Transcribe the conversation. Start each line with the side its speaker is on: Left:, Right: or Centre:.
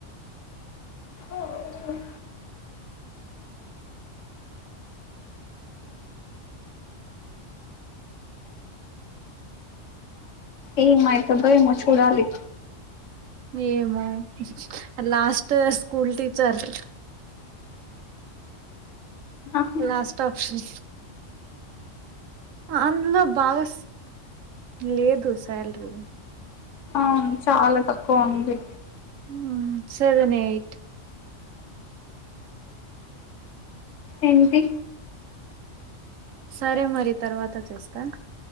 Left: ఆ హ్ ఏం అయితదో ఏమో చూడాలి
Right: ఏమో లాస్ట్ స్కూల్ టీచర్
Left: అవును
Right: లాస్ట్ ఆప్షన్ అందులో బాగా లేదు శాలరీ
Left: అవును చాలా తక్కువ ఉంది
Right: ఉమ్ సెవెన్ ఎయిట్
Left: ఏంటి
Right: సరే మరి తర్వాత చేస్తా